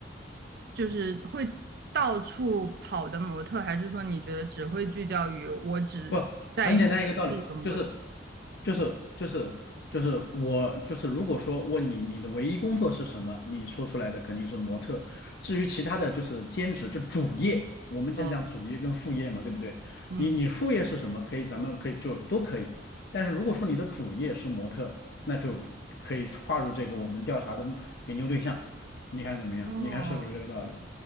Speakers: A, on the right; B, on the left.
A: 就是会到处跑的模特，还是说你觉得只会聚焦于我只在意本地的模特？
B: 不，很简单一个道理，就是就是就是就是我就是如果说问你你的唯一工作是什么，你说出来的肯定是模特。至于其他的就是兼职，就主业，我们讲讲主业跟副业嘛，
A: 哦，
B: 对不对？
A: 嗯，
B: 你你副业是什么？可以，咱们可以就都可以。但是如果说你的主业是模特，那就可以划入这个我们调查的研究对象。你看怎么样？
A: 哦，
B: 你看是不是这个道理？